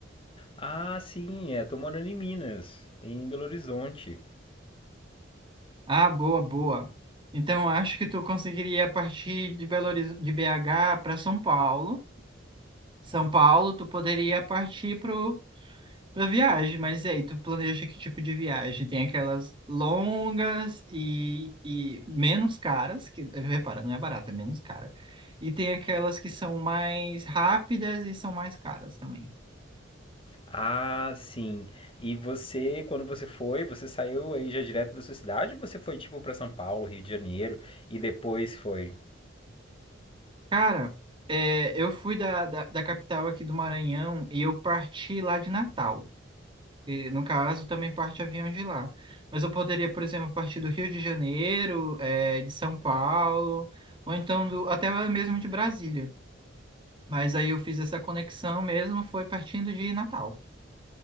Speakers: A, on the left; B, on the right.
A: Ah, sim, é, tô morando em Minas, em Belo Horizonte.
B: Ah, boa, boa. Então, eu acho que tu conseguiria partir de Belo Horiz- de BH para São Paulo. São Paulo, tu poderia partir para Pra viagem, mas e aí, tu planeja que tipo de viagem? Tem aquelas longas e, e menos caras, que repara, não é barata, é menos cara. E tem aquelas que são mais rápidas e são mais caras também.
A: Ah, sim. E você, quando você foi, você saiu aí já direto da sua cidade ou você foi tipo para São Paulo, Rio de Janeiro e depois foi?
B: Cara, é, eu fui da, da, da capital aqui do Maranhão e eu parti lá de Natal. E, no caso, também parte avião de lá. Mas eu poderia, por exemplo, partir do Rio de Janeiro, é, de São Paulo, ou então do, até mesmo de Brasília. Mas aí eu fiz essa conexão mesmo, foi partindo de Natal.